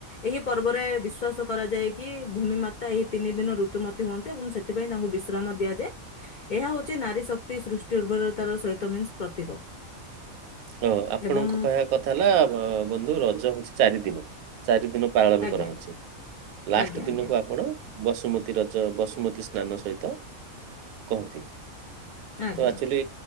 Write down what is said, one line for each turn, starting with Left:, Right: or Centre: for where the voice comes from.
Left: ଏହି ପର୍ବରେ ବିଶ୍ଵାସ କରାଯାଏ କି ଭୂମି ମାତା ଏହି ତିନି ଦିନ ଋତୁମତୀ ହୁଅନ୍ତି ଏବଂ ସେ ଥିପାଇଁ ତାଙ୍କୁ ବିଶ୍ରାମ ଦିଆଯାଏ। ଏହା ହଉଛି ନାରୀ ଶକ୍ତି ସୃଷ୍ଟି ଉର୍ବରତାର ସହିତ ମିନ୍ସ ପ୍ରତୀକ।
Right: ଓ ଆପଣଙ୍କ
Left: ଏବଂ
Right: କହିବା କଥା ହେଲା ବ-ବନ୍ଧୁ ରଜ ହଉଛି ଚାରି ଦିନ। ଚାରି ଦିନ ପାଳନ
Left: ଆଜ୍ଞା
Right: କରାହଉଛି। ଲାଷ୍ଟ
Left: ଆଜ୍ଞା
Right: ଦିନକୁ
Left: ଆଜ୍ଞା
Right: ଆପଣ ବସୁମତୀ ରଜ ବସୁମତୀ ସ୍ନାନ ସହିତ କହନ୍ତି।
Left: ଆଜ୍ଞା
Right: ତ ଆକ୍ଚୁଲି